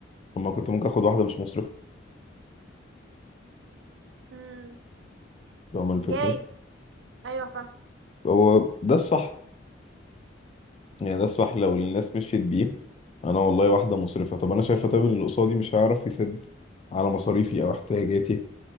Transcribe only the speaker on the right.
امم
جايز ايوه فاهم